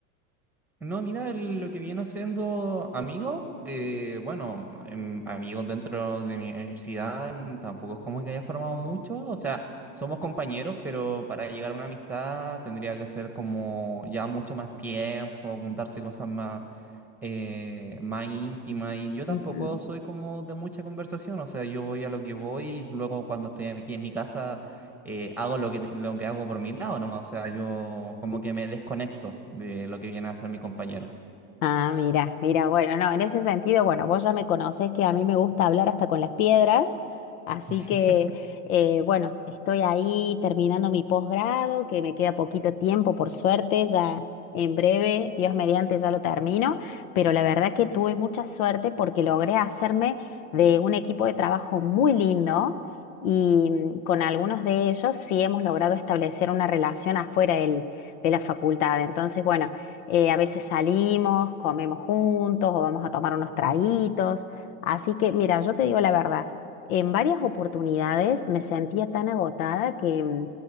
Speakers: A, in the centre; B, on the left (about 70°).
A: No, mira, el- lo que viene haciendo amigos, eh, bueno, em, amigos dentro de mi universidad, mm, tampoco es como que haya formado muchos, o sea, somos compañeros, pero para llegar a una amistad tendría que ser como ya mucho más tiempo, contarse cosas más, eh, más íntimas, y yo tampoco
B: Ujú.
A: soy como de mucha conversación, o sea, yo voy a lo que voy, y luego cuando estoy aquí en mi casa eh, hago lo que, lo que hago por mi lado, ¿no? O sea, yo como que me desconecto de lo que viene a hacer mi compañero.
B: Ah, mira, mira, bueno, no, en ese sentido, bueno, vos ya me conocés que a mí me gusta hablar hasta con las piedras, así
A: <laughs>
B: que, eh, bueno, estoy ahí terminando mi posgrado, que me queda poquito tiempo, por suerte, ya en breve, Dios mediante, ya lo termino, pero la verdad que tuve mucha suerte porque logré hacerme de un equipo de trabajo muy lindo y mm, con algunos de ellos sí hemos logrado establecer una relación afuera del- de la facultad, entonces, bueno eh, a veces salimos, comemos juntos o vamos a tomar unos traguitos. Así que, mira, yo te digo la verdad, en varias oportunidades me sentía tan agotada que, mm,